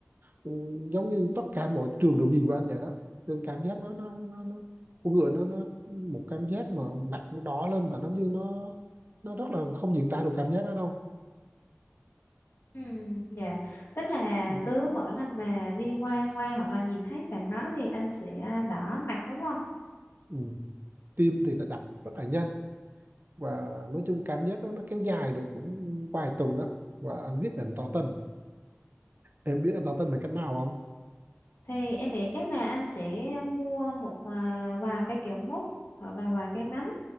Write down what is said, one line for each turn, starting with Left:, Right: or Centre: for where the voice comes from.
Right: ừ, giống như tất cả mọi trường đều nhìn vào anh vậy đó nên cảm giác đó nó nó, nó con người nó nó một cảm giác mà mặt nó đỏ lên và nó như nó nó rất là không diễn tả được cảm giác đó đâu
Left: Ừ, dạ. Tức là
Right: ừ.
Left: cứ mỗi lần mà đi qua qua hoặc là nhìn thấy bạn đó thì anh sẽ à, đỏ mặt đúng không?
Right: Ừ. tim thì nó đập rất là nhanh và nói chung cảm giác đó nó kéo dài được cũng vài tuần á và anh quyết định tỏ tình em biết anh tỏ tình bằng cách nào không
Left: thì em nghĩ chắc là anh sẽ mua một à, vài cái kẹo mút hoặc là vài cái bánh